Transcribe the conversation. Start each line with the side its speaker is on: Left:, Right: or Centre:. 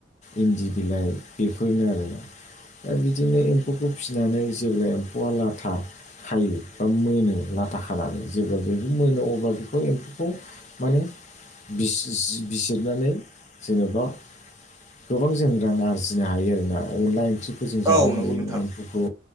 Left: इन्दि बिलाइ बेफोरनो आरोना। दा बिदिनो एम्फौखौ फिसिनानै जेब्ला एम्फौआ लाथा खायो बा मोनो लाथा खानानै जेब्ला जुदि मोनो अब्ला बेखौ एम्फौखौ माने बिसिस बिजिरनानै जेनेबा गोबां जों रां आरजिनो हायो आरोना अनला ओंख्रि फोरजों जानो
Right: औ नंगौ
Left: हायो
Right: नोंथां
Left: एम्फौखौ